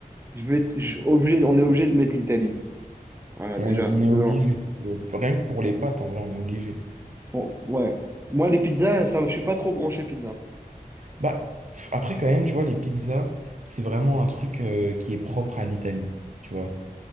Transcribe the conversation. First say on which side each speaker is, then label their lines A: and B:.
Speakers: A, on the right (about 15°); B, on the right (about 55°).
A: Je vais te- je- obligé... On est obligé de mettre l'Italie. Voilà,
B: on,
A: déjà,
B: on
A: 2-1.
B: est obligé. Euh, Rien que pour les pâtes, en vrai, on est obligé.
A: Bon, ouais. Moi, les pizzas, ça, me- je suis pas trop branché pizza.
B: Bah, pff, après, quand même, tu vois, les pizzas, c'est vraiment un truc euh, qui est propre à l'Italie. Tu vois.